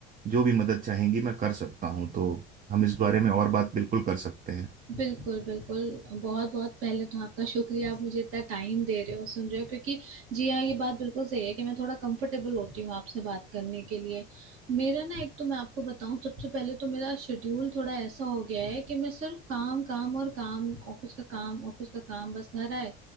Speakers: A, on the right (about 25°); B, on the right (about 45°).
A: जो भी मदद चाहेंगी मैं कर सकता हूँ तो हम इस
B: जी
A: बारे में और बात बिल्कुल कर सकते
B: बिल्कुल बिल्कुल बहुत बहुत पहले तो आपका शुक्रिया आप मुझे इतना टाइम दे रहे हो सुन रहे हो क्योंकि जी हाँ ये बात बिल्कुल सही है कि मैं थोड़ा कंफर्टेबल होती हूँ आपसे बात करने के लिए मेरा ना एक तो मैं आपको बताऊँ सबसे पहले तो मेरा शेड्यूल थोड़ा ऐसा हो गया है कि मैं सिर्फ काम काम और काम ऑफिस का काम ऑफिस का काम बस घर आए